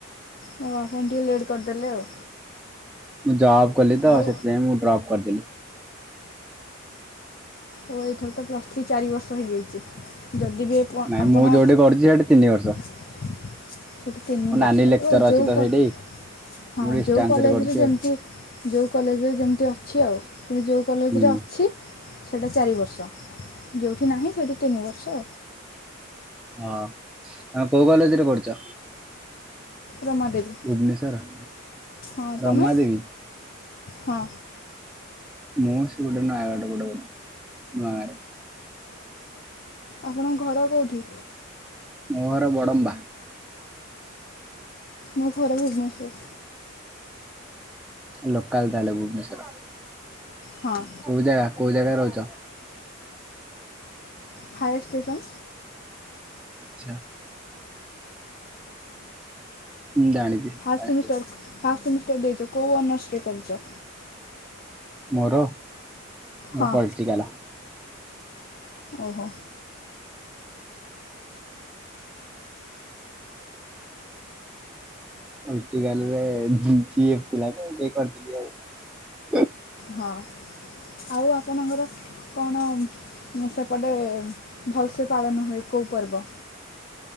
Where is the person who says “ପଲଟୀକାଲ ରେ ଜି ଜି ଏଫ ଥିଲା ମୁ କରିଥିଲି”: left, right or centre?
Centre